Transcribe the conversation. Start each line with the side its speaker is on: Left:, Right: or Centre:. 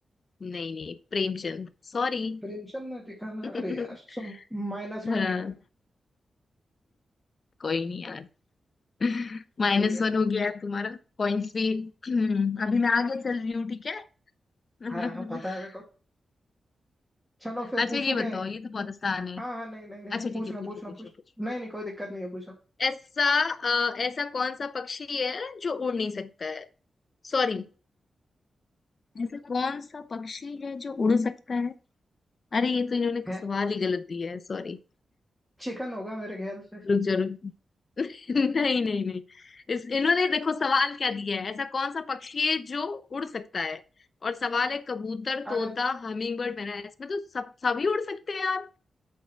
Left: नहीं नहीं प्रेमचंद सॉरी
Centre: प्रेमचंद ने लिखा ना
Left: <laughs>
Centre: अरे यार सुन माइनस वन
Left: हाँ
Centre: यार
Left: कोई नहीं यार <laughs> माइनस
Centre: ठीक है
Left: वन हो गया है तुम्हारा पॉइंट्स भी <clears throat> अभी मैं आगे चल रही हूँ ठीक है <laughs>
Centre: हाँ हाँ, पता है मेरे को चलो फिर
Left: अच्छा
Centre: पूछू
Left: ये
Centre: क्या
Left: बताओ
Centre: एक
Left: ये तो बहुत आसान है
Centre: हाँ हाँ नहीं नहीं नहीं
Left: अच्छा
Centre: पूछना
Left: ठीक है ठीक
Centre: पूछना
Left: है पूछो
Centre: पूछ
Left: पूछो
Centre: नहीं नहीं कोई दिक्कत नहीं है पूछो
Left: ऐसा अ, ऐसा कौन सा पक्षी है जो उड़ नहीं सकता है सॉरी ऐसा कौन सा पक्षी है जो उड़ सकता है अरे ये तो इन्होंने
Centre: है
Left: कुछ सवाल ही गलत दिया है सॉरी
Centre: चिकन होगा मेरे ख्याल से
Left: रुक जा रुक <laughs> नहीं नहीं नहीं इस इन्होंने देखो सवाल क्या दिया है ऐसा कौन सा पक्षी है जो उड़ सकता है और सवाल है कबूतर तोता
Centre: अरे
Left: हमिंग बर्ड मैना इसमें तो सब सभी उड़ सकते हैं यार